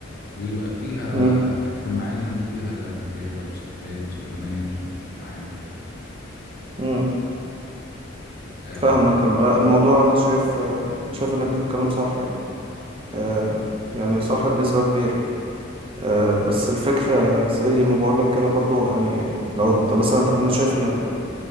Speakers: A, on the left (about 50°); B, on the right (about 30°).
A: ويبقى فيها
B: امم
A: اجتماعيا فيها رجالة وستات وبنات وتتعامل
B: امم
A: آه.
B: فاهمك لا، الموضوع انا شايف آه، انا شايف انك بتتكلم صح يعني آه يعني صح بنسبة كبيرة آه بس الفكرة زي ما بقولك كده برضو يعني لو انت مثلا انا شايف انك